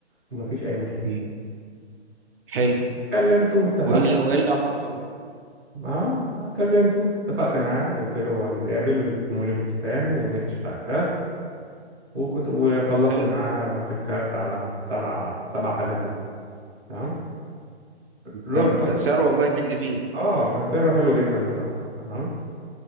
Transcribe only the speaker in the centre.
ومفيش اي مشاكل
كلمته واتفقت
معاه اه كلمته اتفقت معاه قلت له هنتقابل في مول البستان ونكشف على الكارت وكنت وخلصت
معاه في الكارت على سبعة سبعة آلاف جنيه تمام رحنا
اه كان سعره حلو جدا بصراحة تمام